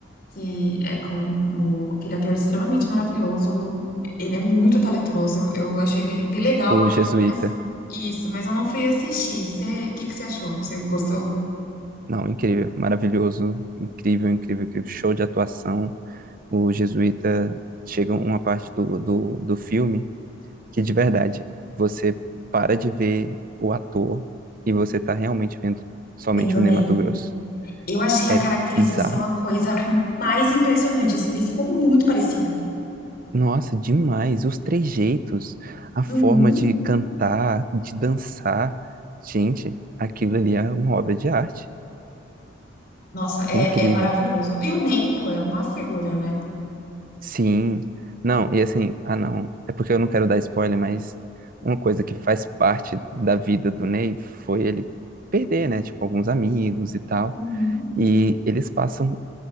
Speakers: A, on the left; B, on the right.
A: que é com o, aquele ator extremamente maravilhoso. Ele é muito talentoso. Eu achei bem, bem legal.
B: O Jesuíta.
A: Mas isso, mas eu não fui assistir. O que que você achou? Você gostou?
B: Não, incrível, maravilhoso, incrível, incrível, incrível. Show de atuação. O Jesuíta chega uma parte do, do, do filme. que de verdade você para de ver o ator e você tá realmente vendo somente
A: Bem, do
B: o
A: Ney.
B: Ney Matogrosso.
A: Eu achei a
B: É
A: caracterização
B: bizarro.
A: a coisa mais impressionante. Assim, ele ficou muito parecido.
B: Nossa, demais. Os trejeitos, a forma
A: Uhum.
B: de cantar, de dançar. Gente, aquilo ali é uma obra de arte.
A: Nossa, é,
B: Incrível.
A: é maravilhoso. E o Ney, pô, é uma figura, né?
B: Sim. Não, e assim, ah não, é porque eu não quero dar spoiler, mas uma coisa que faz parte da vida do Ney foi ele perder, né, tipo, alguns amigos e tal.
A: Uhum.
B: E eles passam